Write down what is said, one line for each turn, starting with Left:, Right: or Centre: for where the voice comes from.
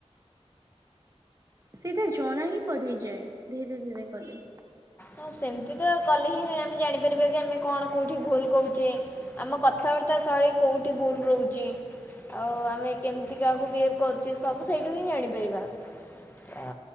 Right: ସେଇଟା ଜଣାହିଁ ପଢିଯାଏ ଧୀରେ ଧୀରେ କଲି।
Left: ହଁ ସେମିତିତ କଲେହିଁ ଆମେ ଜାଣିପାରିବାକି ଆମେ କଣ କେଉଁଠି ଭୁଲ କହୁଚେ ଆମ କଥାବାର୍ତ୍ତା ଶୈଳୀ କୋଉଠି ଭୁଲ୍ ରହୁଚି। ଆଉ ଆମେ କେମିତି କାହାକୁ ବିହେଭ୍ କରୁଚେ ସବୁ ସେଇଠୁହିଁ ଜାଣିପାରିବା। ଅ